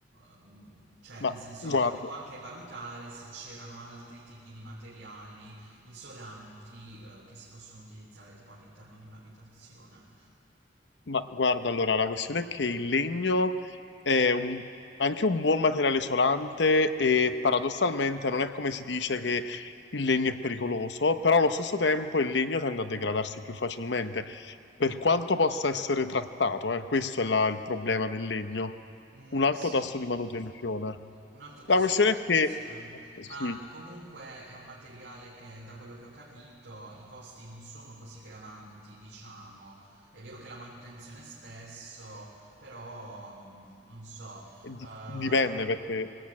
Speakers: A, on the right (about 85°); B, on the left (about 70°).
A: ehm, Cioè,
B: Ma
A: nel senso,
B: guarda,
A: volevo anche valutare se c'erano altri tipi di materiali isolanti, eh, che si possono utilizzare tipo all'interno di un'abitazione.
B: ma guarda, allora, la questione è che il legno è un- anche un buon materiale isolante e paradossalmente non è come si dice che il legno è pericoloso, però allo stesso tempo il legno tende a degradarsi più facilmente, per quanto possa essere trattato, eh, questo è la- il problema del legno.
A: Mm,
B: Un alto
A: sì.
B: tasso di manutenzione.
A: Un alto tasso
B: La questione
A: di manutenzione,
B: è che, sì,
A: ma comunque è un materiale che, da quello che ho capito, i costi non sono così gravanti, diciamo. È vero che la manutenzione è spesso, però mm, non so,
B: Di-
A: eh,
B: Dipende perché